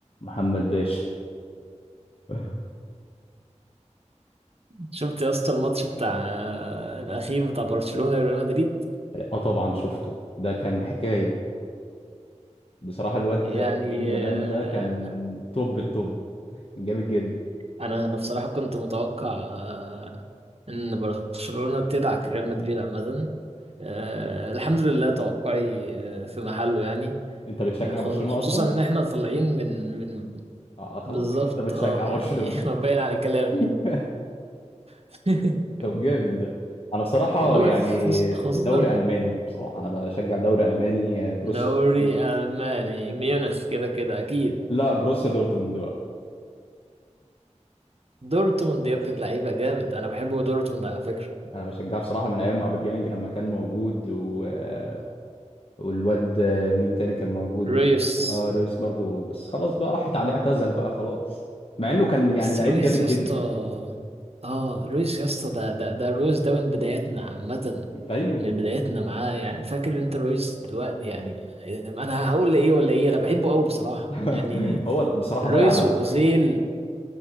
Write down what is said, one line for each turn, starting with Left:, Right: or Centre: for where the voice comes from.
Left: محمد باشا <laughs>
Right: شفت يا اسطى الماتش بتاع الاخير بتاع برشلونة وريال مدريد
Left: اه طبعا شفته ده كان حكاية بصراحة الواد
Right: يعني
Left: يمين
Right: آه،
Left: يامال ده كان توب التوب كان جامد جدا
Right: انا انا بصراحة كنت متوقع آه، ان برشلونة تدعك ريال مدريد عامة آه، الحمد لله توقعي آه، في محله يعني
Left: انت بتشجع
Right: آه، خص-
Left: برشلونة
Right: خصوصا
Left: اصلا
Right: ان احنا طالعين من من
Left: آه آه، خلاص
Right: بالظبط
Left: يبقى انت بتشجع
Right: اه
Left: برشلونة
Right: يعني <laughs> ما باين على كلامي
Left: <laughs>
Right: <laughs>
Left: طب جامد ده انا بصراحة
Right: بقول
Left: يعني
Right: لك خصوص- خصوصا
Left: دوري الماني بصراحة انا بشجع دوري الماني آه، بروسيا
Right: دوري
Left: دورتموند.
Right: الماني ميونخ كده كده اكيد
Left: لا بروسيا دورتموند بقى
Right: دورتموند يا ابن اللعيبه جامد انا بحب دورتموند على فكره
Left: انا بشجعها بصراحة من ايام ابيبيانج لما كان موجود و... آه، والواد آه، مين تاني كان موجود
Right: رويس
Left: اه رئيس برضو بس خلاص بقى راحت عليه اعتزل بقى خلاص مع انه كان يعني
Right: بس
Left: لعيب
Right: رويس
Left: جامد
Right: يا
Left: جدا
Right: اسطى اه رويس يا اسطى ده ده ده رويس ده من بداياتنا عامه
Left: ايوه
Right: من بداياتنا معاه يعني فاكر انت رويس دلوقتي يعني انا هقول ايه ولا ايه انا بحبه قوي بصراحه
Left: <laughs>
Right: يعني
Left: هو بصراحة
Right: رويس
Left: ضيع نفسه
Right: واوزيل